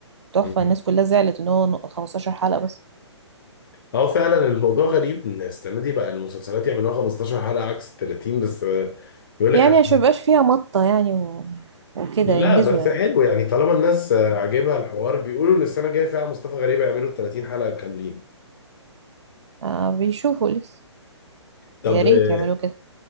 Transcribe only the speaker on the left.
مهم.
اه فعلا الموضوع غريب ان السنة دي بقى المسلسلات يعملوها 15 حلقة عكس 30 بس آه، يقول
لك عشان
لا
بس
حلو يعني طالما الناس آه، عاجبها الحوار بيقولوا ان السنة الجاية فيها مصطفى غريب يعملوا 30 حلقة كاملين
طب
آه،